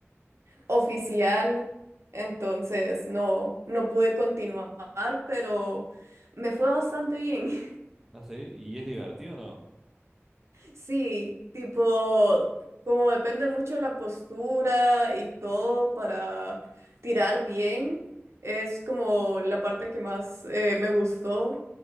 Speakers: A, on the right (about 70°); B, in the centre.
A: oficial, entonces no, no pude continuar, pero me fue bastante bien. <laughs>
B: Ah, sí. ¿Y es divertido o no?
A: Sí, tipo, como depende mucho de la postura y todo para tirar bien, es como la parte que más eh, me gustó.